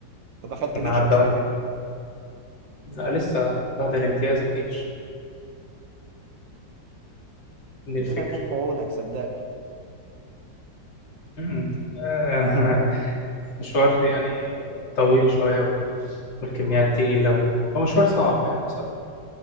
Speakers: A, on the right; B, on the left.
A: أنت دخلت
B: كنا
A: جيش
B: عدى
A: يا إسلام؟
B: وقتي لا لسه بعد الامتياز الجيش دي
A: ربنا
B: الفكره
A: يكون في عونك صدقني
B: أمم. آه، <laughs> مشوار يعني طويل شويه والكميات تقيله وكده هو مشوار صعب يعني بصراحه